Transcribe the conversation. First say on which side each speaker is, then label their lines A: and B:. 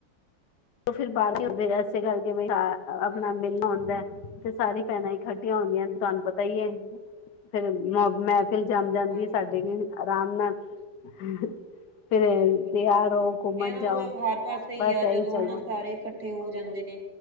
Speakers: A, on the left; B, on the right.
A: ਫਿਰ ਬਾਹਰ ਇਸੇ ਕਰਕੇ ਆਪਣਾ
B: ਬਿਲਕੁਲ
A: ਮਿਲਣਾ ਆਉਂਦਾ ਤੇ ਸਾਰੀ ਭੈਣਾਂ ਇਕਖੱਠੀਆਂ ਹੁੰਦੀਆਂ ਤੁਹਾਨੂੰ ਪਤਾ ਹੀ ਐ ਫੇਰ ਮੈਂ ਫਿਲ ਜੰਮ ਜਾਂਦੀ
B: ਹਾਂਜੀ
A: ਐ ਸਾਡੇ ਆਰਾਮ ਨਾਲ <unintelligible> ਫਿਰ
B: ਬਿਲਕੁਲ
A: ਤਿਆਰ
B: ਬਿਲਕੁਲ
A: ਹੋ ਘੁੰਮਣ
B: ਇਹਦਾ
A: ਜਾਉ
B: ਮਤਲਬ ਹਰ ਪਾਸੇ ਹੀ
A: ਬਸ
B: ਆ
A: ਇਹੀ
B: ਜਦੋਂ
A: ਚੱਲਦਾ
B: ਹਨਾ ਸਾਰੇ ਇਕੱਠੇ ਹੋ ਜਾਂਦੇ ਨੇ